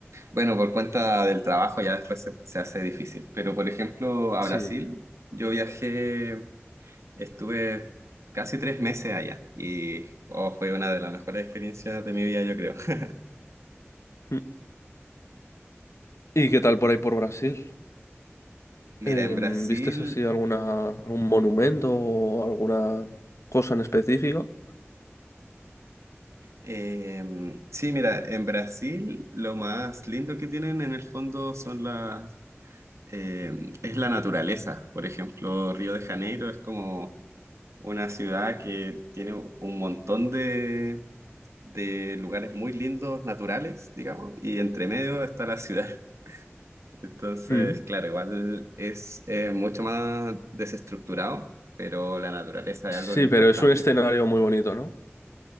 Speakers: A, on the right; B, on the left.
A: Bueno, por cuenta del trabajo ya después se, se hace difícil. Pero, por ejemplo, a
B: Sí.
A: Brasil, yo viajé, estuve casi tres meses allá y oh, fue una de las mejores experiencias de mi vida, yo creo. <laughs>
B: Mm. ¿Y qué tal por ahí por Brasil?
A: Mira,
B: Em,
A: en Brasil,
B: ¿vistes así alguna, algún monumento o alguna cosa en específico?
A: em, sí, mira, en Brasil lo más lindo que tienen en el fondo son las, em, es la naturaleza. Por ejemplo, Río de Janeiro es como Una ciudad que tiene un montón de, de lugares muy lindos, naturales, digamos, y entre medio está la ciudad. <laughs> Entonces,
B: Mm.
A: claro, igual es eh, mucho más desestructurado, pero la naturaleza es algo
B: Sí,
A: que es
B: pero
A: impactante.
B: es un escenario muy bonito, ¿no?